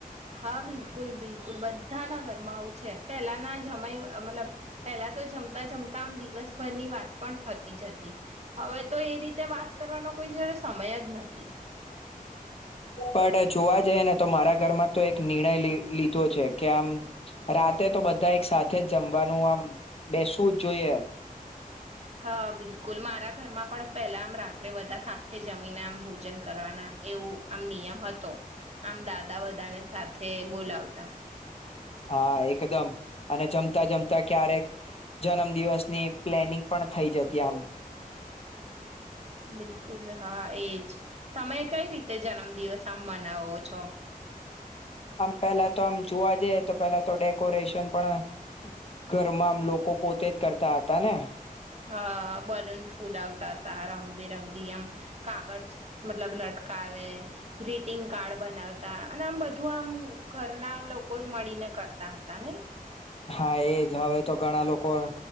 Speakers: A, on the right (about 45°); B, on the left (about 40°).
A: હા બિલકુલ બિલકુલ બધાના ઘરમાં આવું છે પહેલાના સમય મતલબ પહેલા તો જમતા જમતા આમ દિવસભરની વાત પણ થતી જ હતી હવે તો એ રીતે વાત કરવાનો કોઈ જ્યારે સમય જ નથી
B: પણ જોવા જઈએ ને તો મારા ઘરમાં તો એક નિર્ણય લીધો છે કે આમ રાતે તો બધા એક સાથે જ જમવાનું આમ બેસવું જ જોઈએ
A: હા બિલકુલ મારા ઘરમાં પણ પહેલા આમ રાત્રે બધા સાત જમીન એમ ભોજન કરવાના એવું આમ નિયમ હતો આમ દાદા બધાને સાથે બોલાવતા
B: હા એકદમ અને જમતા જમતા ક્યારેક જન્મદિવસની પ્લેનિંગ પણ થઇ જતી આમ
A: બિલકુલ હા એજ તમે કઈ રીતે જન્મદિવસ આમ મનાવો છો
B: આમ પેલા તો આમ જોવા જઈએ તો પેલા તો ડેકોરેશન પણ ઘરમાંમ લોકો પોતે જ કરતા હતા ને
A: હા બલૂન ફૂલાવતા હતા રંગબેરંગ બી આમ કાગળ મતલબ લટકાવે ગ્રીટિંગ કાર્ડ બનાવતા અને આમ બધું આમ ઘરના લોકો મળીને કરતા હતા નને
B: હા એજ હવે તો ઘણા લોકો